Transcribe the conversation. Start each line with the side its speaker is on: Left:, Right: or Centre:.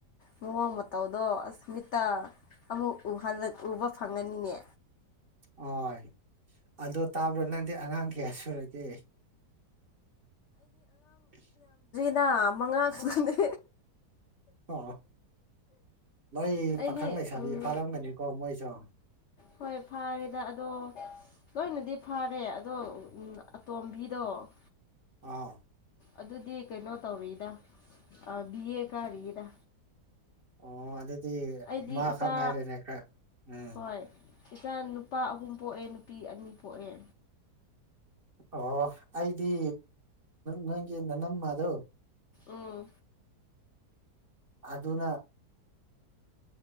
Left: ꯃꯑꯣꯡ ꯃꯇ ꯃꯇꯧꯗꯣ ꯑꯁꯃꯤꯇꯥ ꯑꯃꯨꯛ ꯎꯕ ꯐꯪꯉꯅꯤꯅꯦ
Right: ꯍꯣꯏ ꯑꯗꯨ ꯇꯥꯕ꯭ꯔꯣ ꯅꯪꯗꯤ ꯑꯉꯥꯡ ꯀꯌꯥ ꯁꯨꯔꯒꯦ ꯑꯁ
Left: ꯗꯥ ꯃꯉꯥꯡꯁꯨꯅꯦ
Right: ꯑ ꯂꯣꯏ
Left: ꯑꯩꯗꯤ
Right: ꯄꯥꯈꯪ ꯂꯩꯁꯥꯕꯤ
Left: ꯎꯝ
Right: ꯐꯥꯔꯝꯒꯅꯤꯀꯣ ꯃꯣꯏꯁꯨ
Left: ꯍꯣꯏ ꯐꯥꯔꯦꯗ ꯑꯗꯣ ꯂꯣꯏꯅꯗꯤ ꯐꯔꯦ ꯑꯗꯣ ꯑꯇꯣꯝꯕꯤꯗꯣ
Right: ꯑꯥ
Left: ꯑꯗꯨꯗꯤ ꯀꯩꯅꯣ ꯇꯧꯔꯤꯗ ꯕꯤ ꯑꯦ ꯀꯥꯔꯤꯗ
Right: ꯑꯣ ꯑꯗꯨꯗꯤ
Left: ꯑꯩꯗꯤ
Right: ꯃꯥ
Left: ꯏꯆꯥ
Right: ꯈꯛ ꯉꯥꯏꯔꯦꯅꯦ ꯈꯔ ꯎꯝ
Left: ꯍꯣꯏ ꯏꯆꯥ ꯅꯨꯄꯥ ꯑꯍꯨꯝ ꯄꯣꯛꯑꯦ ꯅꯨꯄꯤ ꯑꯅꯤ ꯄꯣꯛꯑꯦ
Right: ꯑꯣ ꯑꯩꯗꯤ ꯅꯪꯒꯤ ꯅ ꯅꯝꯃꯗꯣ
Left: ꯎꯝ
Right: ꯑꯗꯨ ꯑꯗꯨꯅ